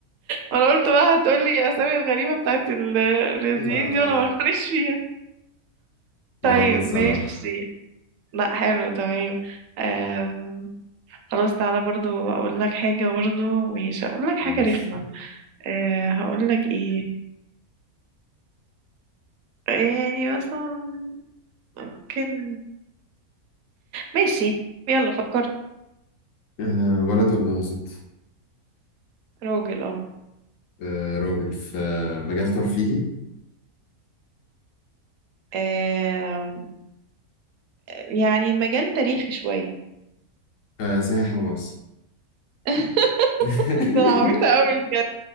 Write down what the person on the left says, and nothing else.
لا لا
لا
محمد
صلاح
ماشي
أه ولد ولا ست
أه راجل في مجال ترفيهي
أه زي حواس
<laughs>